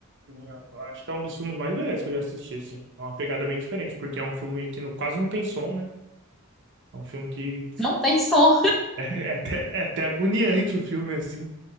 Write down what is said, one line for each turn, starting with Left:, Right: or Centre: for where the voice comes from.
Right: Sim, Eu acho que é um dos filmes mais legais que eu já assisti, assim. É uma pegada bem diferente, porque é um filme que no, quase não tem som, né? É um filme que
Centre: Não tem som.
Right: <laughs> é até, é até agoniante o filme, assim.